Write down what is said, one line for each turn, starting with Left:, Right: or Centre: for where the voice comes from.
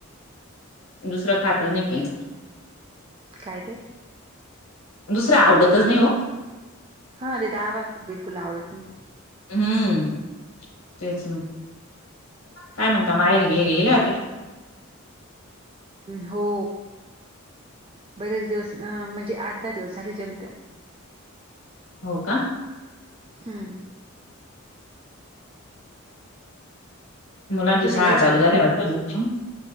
Left: दुसरं खातात नाही काही.
Right: काय ताई
Left: दुसरं आवडतच नाही हो,
Right: हा ते दाळ भात पण बिलकुल आवडत नाही.
Left: हम्म तेच ना काय म्हणता माहेरी गेल्या होत्या.
Right: हो बरेच दिवस अ म्हणजे आठ दहा दिवस झाले जमते.
Left: हो का
Right: हम्म
Left: मुलांची
Right: तुम्ही
Left: शाळा
Right: गेला
Left: चालू
Right: होता
Left: झाल्या हो